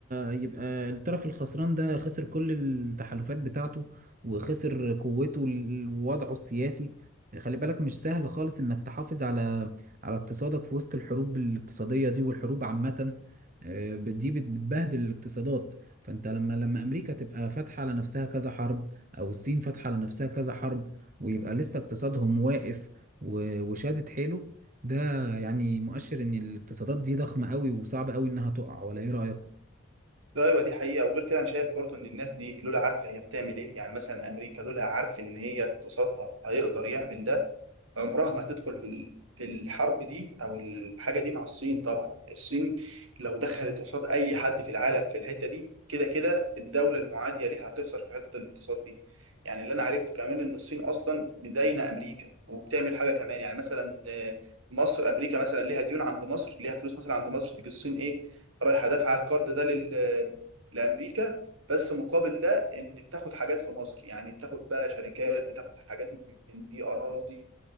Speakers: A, on the right; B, on the right.
A: يبقى الطرف الخسران ده خسر كل التحالفات بتاعته وخسر قوته ال- ووضعه السياسي خلي بالك مش سهل خالص انك تحافظ على على اقتصادك في وسط الحروب الاقتصادية دي والحروب عامة آه، بت- دي بت- بتبهدل الاقتصادات فانت لما لما امريكا تبقى فاتحة على نفسها كذا حرب او الصين فاتحة على نفسها كذا حرب ويبقى لسه اقتصادهم واقف و- وشادد حيله ده يعني مؤشر ان الاقتصادات دي ضخمة قوي وصعب قوي انها تقع ولا ايه رأيك؟
B: ايوه دي حقيقه وغير كده انا شايف برضه ان الناس دي لولا عارفه هي بتعمل ايه يعني مثلا امريكا لولا عارف ان هي اقتصادها هيقدر يعمل ده عمرها ما هتدخل في ال- في الحرب دي او الحاجه دي مع الصين طبعا الصين لو دخلت قصاد اي حد في العالم في الحته دي كده كده الدوله المعاديه ليها هتخسر في حته الاقتصاد دي يعني اللي انا عرفته كمان ان الصين اصلا مداينه امريكا وبتعمل حاجه كمان يعني مثلا آه، مصر امريكا مثلا ليها ديون عند مصر ليها فلوس مثلا عند مصر تيجي الصين ايه رايحه دافعه القرض ده لل- لامريكا بس مقابل ده ان بتاخد حاجات في مصر يعني بتاخد بقى شركات بتاخد حاجات من دي اراضي